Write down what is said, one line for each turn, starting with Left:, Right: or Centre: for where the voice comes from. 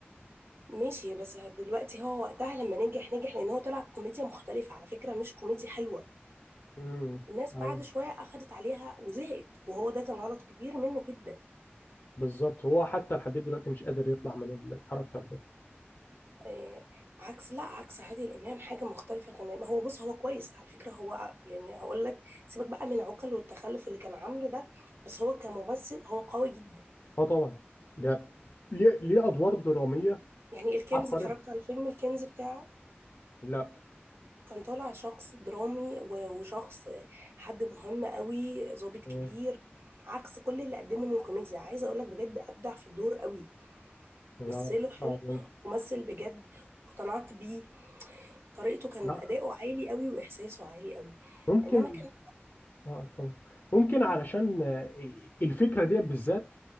Right: ماشي بس دلوقتي هو وقتها لما نجح نجح لأن هو طلع كوميديا مختلفة على فكرة مش كوميديا حلوة
Left: امم
Right: الناس
Left: ايوه
Right: بعد شوية أخدت عليها وزهقت وهو ده كان غلط كبير منه جدا
Left: بالظبط هو حتى لحد دلوقتي مش قادر يطلع من الكاركتر ده
Right: آه، عكس لا عكس عادل امام حاجه مختلفه تماما هو بص هو كويس على فكره هو ع- يعني هقول لك سيبك بقى من عقل والتخلف اللي كان عامله ده بس هو كممثل هو قوي جدا
Left: اه طبعا ده ليه ليه ادوار دراميه
Right: يعني الكنز
Left: عبقريه
Right: اتفرجت على فيلم الكنز بتاعه
Left: لا
Right: كان طالع شخص درامي و- وشخص حد مهم قوي ضابط كبير
Left: مم.
Right: عكس كل اللي قدمه من كوميديا عايزه اقول لك بجد ابدع في الدور قوي
Left: لا
Right: مثله
Left: بشكل
Right: حلو
Left: عظيم
Right: ومثل بجد اقتنعت بيه طريقته كانت
Left: لا
Right: اداؤه عالي قوي واحساسه عالي قوي
Left: ممكن
Right: انما كان
Left: اه اتفضل. ممكن علشان آه، الفكره دي بالذات